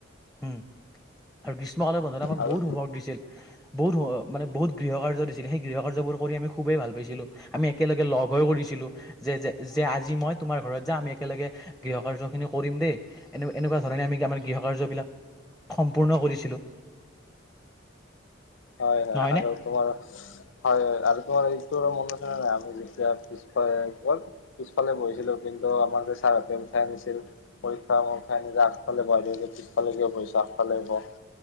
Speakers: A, in the centre; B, on the left.
A: উম, আৰু গ্ৰীষ্মকাল বন্ধত আমাক
B: আৰু
A: বহুত হুমওৱক দিছিল। বহুত, মানে বহুত গৃহ কাৰ্য দিছিলে, সেই গৃহ কাৰ্যবোৰ কৰি আমি খুবেই ভাল পাইছিলোঁ। আমি একেলগে লগ হৈ কৰিছিলো যে, যে যে আজি মই তোমাৰ ঘৰত যাম আমি একেলগে গৃহ কাৰ্যখিনি কৰিম দেই এনে এনেকুৱা ধৰণে আমি আমাৰ গৃহ কাৰ্যবিলাক, সম্পূৰ্ণ কৰিছিলো।
B: হয়, হয়
A: নহয়নে
B: আৰু তোমাৰ হয় আৰু তোমাৰ এইটো, মনছে নাই আমি যেতিয়া পিছ <inaudible> পিছফালে বহিছিলোঁ, কিন্তু আমাৰ যে ছাৰহঁতে উঠাই আনিছিল। পৰীক্ষা সময়ত যে উঠাই আনি, আগফালে বহাই থৈছিল পিছফালে কিয় বহিছ, আগফালে বহ।